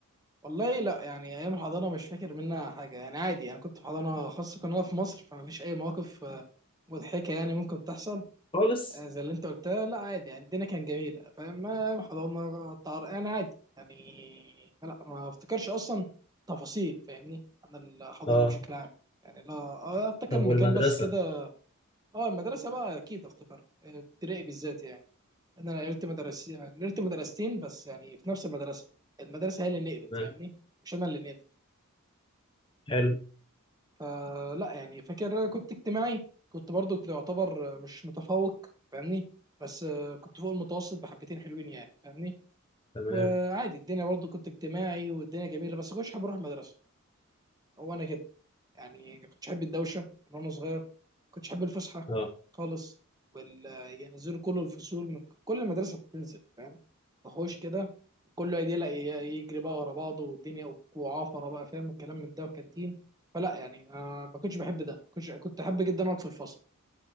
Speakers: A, on the right (about 20°); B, on the left (about 25°).
A: والله لا يعني ايام الحضانه مش فاكر منها حاجه يعني عادي انا كنت في حضانه خاصه كنا في مصر فما فيش اي مواقف آه، مضحكه يعني ممكن تحصل
B: خالص
A: آه، زي اللي انت قلتها لا عادي يعني الدنيا كانت جميله فاهم ما حضرنا طرقان عادي يعني لا ما افتكرش اصلا تفاصيل فاهمني عن الحضانه
B: اه
A: بشكل عام يعني لا اه افتكر
B: طب
A: المكان
B: والمدرسه
A: بس كده اه المدرسه بقى اكيد افتكرها اه، ابتدائي بالذات يعني ان انا نقلت مدرسين نقلت مدرستين بس يعني في نفس المدرسه المدرسه هي اللي نقلت
B: تمام
A: فاهمني مش انا اللي نقلت
B: حلو
A: فلا يعني فاكر كنت اجتماعي كنت برضو كنت يعتبر مش متفوق فاهمني بس آه، كنت فوق المتوسط بحبتين حلوين يعني فاهمني
B: تمام
A: وعادي الدنيا برضو كنت اجتماعي والدنيا جميله بس كنتش حابب اروح المدرسه هو انا كده يعني كنتش احب الدوشه من وانا صغير كنتش احب الفسحه
B: اه
A: خالص وال ينزلوا كل الفصول من كل مدرسه بتنزل فاهم وحوش كده كله يدي لا يجري بقى ورا بعضه والدنيا وعافره بقى فاهم الكلام من ده وكانتين فلا يعني ما ما كنتش بحب ده كنت كنت احب جدا اقعد في الفصل